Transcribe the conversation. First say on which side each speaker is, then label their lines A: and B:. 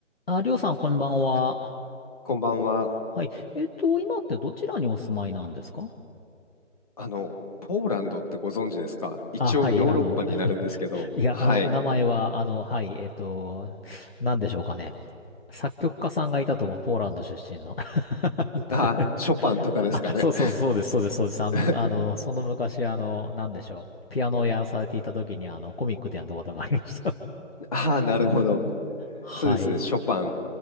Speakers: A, on the left (about 50°); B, on the left (about 30°).
A: あ、りょうさん、こんばんは。
B: こんばんは。
A: はい。えっと、今ってどちらにお住まいなんですか
B: あの、ポーランドってご存知ですか一応ヨーロッパになるんですけど、
A: あ、はい、あの、<laughs> いや、
B: はい。
A: あの、名前は、あの、はい、えっと、なんでしょうかね。作曲家さんがいたと思う、ポーランド出身の。<laughs>
B: あ、
A: で
B: ショパンとかですかね。
A: あ、そうそう、そうです、そうです、そうです。
B: <laughs>
A: あの、あの、その昔、あの、なんでしょう。ピアノをやらされていた時に、あの、コミックでやったことがありました。
B: ああ、なるほど。
A: <laughs> はい。
B: そうですね、ショパン。